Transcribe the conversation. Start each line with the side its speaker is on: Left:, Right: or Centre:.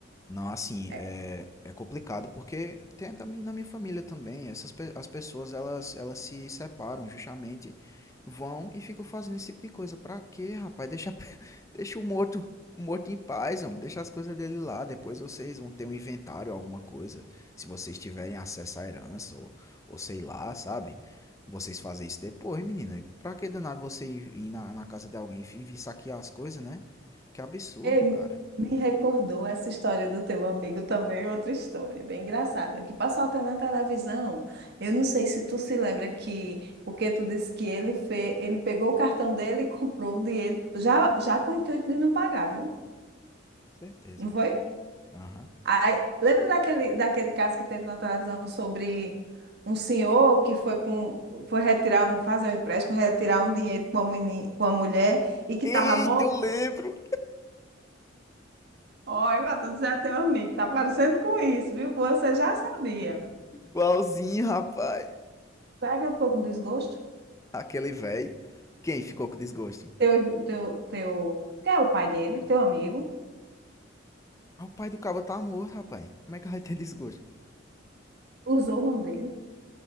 Left: Não, assim,
Right: É,
Left: é, é complicado porque tem da mi- na minha família também, essas pe- as pessoas elas, elas se separam justamente, vão e ficam fazendo esse tipo de coisa. Pra quê, rapaz? Deixa, a pe- <laughs> deixa o morto, o morto em paz, homem. Deixa as coisas dele lá. Depois vocês vão ter um inventário, alguma coisa, se vocês tiverem acesso à herança ou, ou sei lá, sabe? Vocês fazem isso depois, menina. Pra que danado você ir ir na, na casa de alguém e vir saquear as coisas, né? Que absurdo,
Right: ei,
Left: cara.
Right: me recordou essa história do teu amigo também, outra história, bem engraçada, que passou até na televisão. Eu não sei se tu se lembra que, porque tu disse que ele fez, ele pegou o cartão dele e <laughs> comprou o dinheiro, já, já com o intuito de não pagar, viu?
Left: Certeza.
Right: Não foi?
Left: Aham.
Right: Aí, lembra daquele, daquele caso que teve na televisão sobre um senhor que foi, pra um- foi retirar, um- fazer um empréstimo, retirar um dinheiro com uma, meni- com uma mulher e que
Left: Eita,
Right: estava morto?
Left: eu lembro.
Right: Olha, Matheus, já é teu amigo, tá parecendo com isso, viu? Que Você já sabia.
Left: Igualzinho, rapaz.
Right: Será que ele ficou com desgosto?
Left: Aquele velho. Quem ficou com desgosto?
Right: Teu, teu, teu, que é o pai dele, teu amigo,
Left: Ah, o pai do cabo tá morto, rapaz. Como é que vai ter desgosto?
Right: usou o nome dele.